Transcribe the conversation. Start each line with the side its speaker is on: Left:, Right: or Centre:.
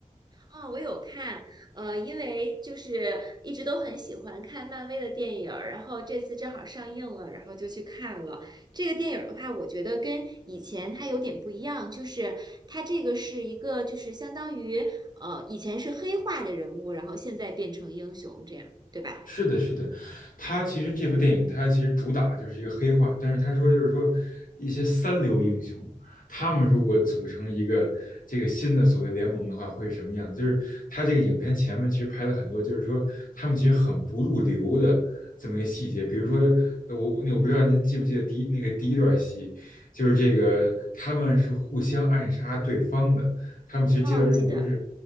Right: 哦，我有看，呃，因为就是一直都很喜欢看漫威的电影儿，然后这次正好上映了，然后就去看了。这个电影儿的话，我觉得跟以前它有点不一样，就是它这个是一个就是相当于呃以前是黑化的人物，然后现在变成英雄这样，对吧？
Left: 是的，是的，他其实这部电影，他其实主打的就是一个黑化，但是他说就是说一些三流英雄，他们如果组成一个这个新的所谓联盟的话，会是什么样子？就是他这个影片前面其实拍了很多，就是说他们其实很不入流的这么一个细节，比如说呃我我不知道您记不记得第一那个第一段戏，就是这个他们是互相暗杀对方的，他们其实接到任务都是
Right: 哦，记得，